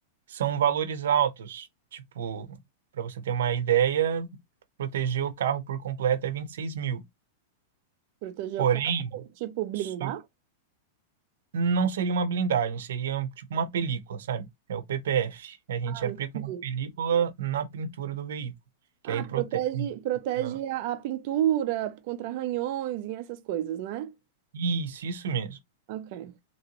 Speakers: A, on the right (about 80°); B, on the right (about 45°).
A: são valores altos. Tipo, para você ter uma ideia. proteger o carro por completo é 26 mil.
B: Proteger
A: Porém,
B: o carro, tipo, blindar?
A: isso não seria uma blindagem, seria um, tipo uma película, sabe? É o PPF. A gente
B: Ah, entendi.
A: aplica uma película na pintura do veículo, que
B: Ah,
A: aí
B: protege,
A: protege.
B: protege
A: Ah,
B: a, a pintura contra arranhões e essas coisas, né?
A: Isso, isso mesmo.
B: Ok.